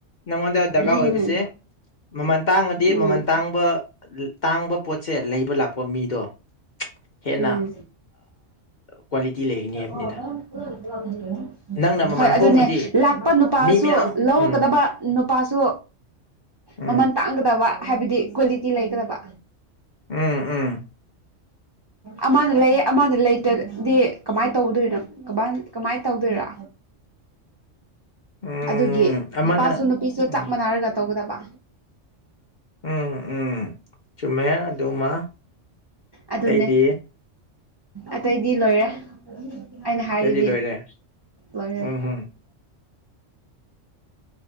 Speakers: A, on the left; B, on the right.
A: ꯅꯪꯉꯣꯟꯗ ꯗꯔꯀꯥꯔ
B: ꯎꯝꯍꯝ
A: ꯑꯣꯏꯕꯁꯦ ꯃꯃꯜ ꯇꯥꯡꯉꯗꯤ
B: ꯎꯝ
A: ꯃꯃꯜ ꯇꯥꯡꯕ ꯇꯥꯡꯕ ꯄꯣꯠꯁꯦ ꯂꯩꯕ ꯂꯥꯛꯄ ꯃꯤꯗꯣ ꯍꯦꯟꯅ
B: ꯎꯝ
A: ꯀ꯭ꯋꯥꯂꯤꯇꯤ ꯂꯩꯒꯅꯤ
B: <unintelligible>
A: ꯍꯥꯏꯕꯅꯤꯗ ꯅꯪꯅ ꯃꯃꯜ
B: ꯍꯣꯏ ꯑꯗꯨꯅꯦ
A: ꯍꯣꯡꯉꯗꯤ
B: ꯂꯥꯛꯄ ꯅꯨꯄꯥꯁꯨ
A: ꯃꯤ ꯃꯌꯥꯝ
B: ꯂꯧꯒꯗꯕ
A: ꯎꯝ
B: ꯅꯨꯄꯥꯁꯨ
A: ꯎꯝ
B: ꯃꯃꯟ ꯇꯥꯡꯒꯗꯕ ꯍꯥꯏꯕꯗꯤ ꯀ꯭ꯋꯥꯂꯤꯇꯤ ꯂꯩꯒꯗꯕ
A: ꯎꯝ ꯎꯝ
B: ꯑꯃꯅ ꯂꯩꯌꯦ ꯑꯃꯅ ꯂꯩꯇꯥ ꯗꯤ ꯀꯃꯥꯏꯅ ꯇꯧꯗꯣꯏꯅꯣ ꯀꯃꯥꯏꯅ ꯀꯃꯥꯏꯟ ꯇꯧꯗꯣꯏꯔꯥ
A: ꯎꯝ
B: ꯑꯗꯨꯒꯤ
A: ꯑꯃꯅ
B: ꯅꯨꯄꯥꯁꯨ ꯅꯨꯄꯤꯁꯨ
A: ꯎꯝ
B: ꯆꯞ ꯃꯥꯟꯅꯔꯒ ꯇꯧꯒꯗꯕ
A: ꯎꯝ ꯎꯝ ꯆꯨꯝꯃꯦ ꯑꯗꯨꯃ
B: ꯑꯗꯨꯅꯦ
A: ꯑꯇꯩꯗꯤ
B: ꯑꯇꯩꯗꯤ ꯂꯣꯏꯔꯦ ꯑꯩꯅ ꯍꯥꯏꯔꯤꯗꯤ
A: ꯑꯇꯩꯗꯤ ꯂꯣꯏꯔꯦ
B: ꯂꯣꯏꯔꯦ
A: ꯎꯝ
B: <inaudible>
A: ꯎꯝ